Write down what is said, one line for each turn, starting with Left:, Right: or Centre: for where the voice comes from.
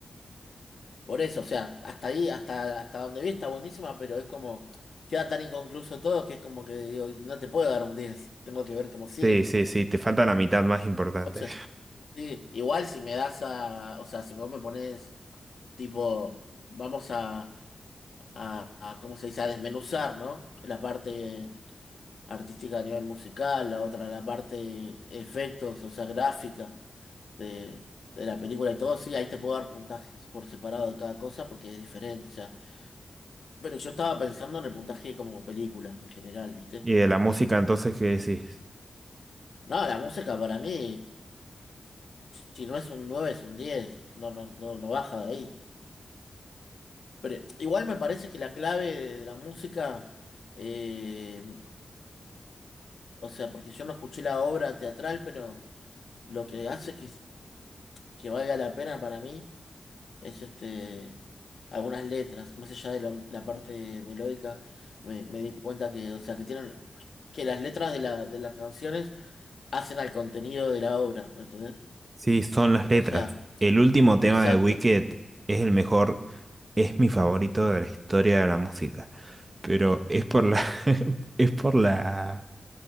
Left: Por eso, o sea, hasta ahí, hasta, hasta donde vi está buenísima, pero es como, queda tan inconcluso todo que es como que digo, y no te puedo dar un 10. tengo que ver cómo sigue.
Right: Sí, sí, sí, te falta la mitad más importante.
Left: O sea, sí, igual si me das a, o sea, si vos me pones, tipo, vamos a a, a, ¿cómo se dice? A desmenuzar, ¿no? La parte artística a nivel musical, la otra, la parte efectos, o sea, gráfica de, de la película y todo, sí, ahí te puedo dar puntajes por separado de cada cosa porque es diferente, o sea. Pero yo estaba pensando en el puntaje como película en general, ¿viste?
Right: ¿Y de la música entonces qué decís?
Left: No, la música para mí, si no es un 9 es un 10, no, no, no, no baja de ahí. Pero igual me parece que la clave de, de la música eh, O sea, porque yo no escuché la obra teatral, pero lo que hace que, que valga la pena para mí es este algunas letras, más allá de la, la parte melódica, me, me di cuenta que, o sea, que tienen, que las letras de la, de las canciones hacen al contenido de la obra, ¿me entendés?
Right: Sí, son las letras.
Left: O sea,
Right: El último tema
Left: exacto.
Right: de Wicked es el mejor, es mi favorito de la historia de la música. Pero es por la, <laughs> es por la,